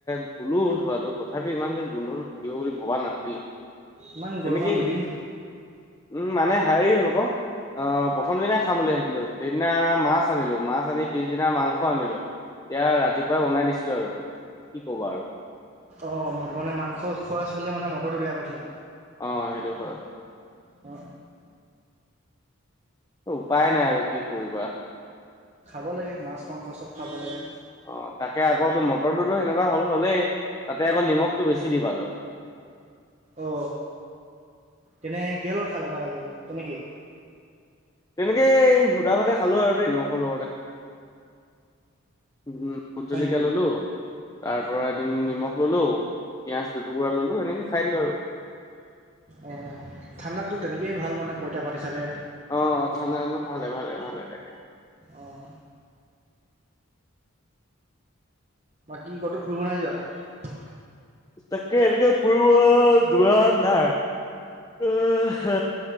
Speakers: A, on the left; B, on the right.
A: ধুলো ধোৱাটো তথাপিও ইমান। গোন্ধটো থাকিব বুলি ভবা নাছিলো।
B: ইমান
A: তেনেকেই
B: গৰমত দুদিন।
A: উম মানে হেৰিৰ হ'ল আকৌ। অ প্ৰথম দিনাই খাম বুলি ভিছিলো সেইদিনা মাছ আনিলো মাছ আনি পিছদিনা মাংস। আনিলো এতিয়া ৰাতিপুৱাই ওনাই দিছিলো আৰু কি কবা আৰু।
B: অ ম মানে মাংস খোৱা চ হলে মানে মটৰটো বেয়া কৰিছিলা।
A: অ সেইটো হয় হয়।
B: অ।
A: উপায় নাই আৰু কি কৰিবা
B: খাব লাগে মাছ মাংস চব খাব লাগে
A: অ তাকে আকৌ তো মটৰটোতো সেনেকোৱা হ'ল হ'লেই তাতে আকৌ নিমখটো বেছি দি পালো।
B: অ তেনে কিহলৰ খালে ভাল আজি তেনেকে।
A: তেনেকে সুধা ভাতে খালো আৰু দেই নিমখৰ লগতে। উ ভোট
B: হয়
A: জলকীয়া
B: নেকি
A: ললো তাৰ পৰা এদিন নিমখ ললো। পিযয়াজ দুটুকুৰা ললো এনেকে খাই দিলো আৰু।
B: অ ঠাণ্ডাতো তেনেকেই ভাল মানে পইতা ভাত হিচাপে।
A: অ থানা ভালে ভালে ভালে থাকে।
B: অঁ বাকী কতো ফুৰিব নাই যোৱা।
A: তাকে এনেকে ফুৰিব যোৱা নাই। আহ